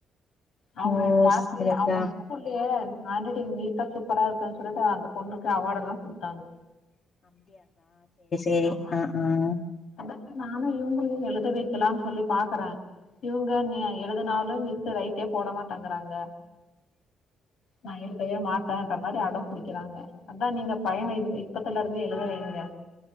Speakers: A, on the left (about 75°); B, on the left (about 45°).
A: அவங்க
B: ஓ
A: கிளாஸ்லயே,
B: சரிக்கா
A: அவங்க ஸ்கூல்லயே ஹாண்ட் ரைட்டிங் நீட்டா, சூப்பரா இருக்குன் சொல்லிட்டு அந்த பொண்ணுக்கு அவார்ட் எல்லா குடுத்தாங்க.
B: செரி
A: ஆமா
B: ஆஹ், ஆஹ்
A: அதா நானு இவங்களையு எழுத வெக்கலான் சொல்லி பாக்கறே. இவங்க நெ எழுதுனாலு மிஸ்ஸு ரைட்டே போட மாட்டேங்கறாங்க. நா எழுதவே மாட்டேன்ற மாரி அடம் பிடிக்கிறாங்க. அதா நீங்க பையன இதுல இப்பத்துல இருந்தே எழுத வைங்க.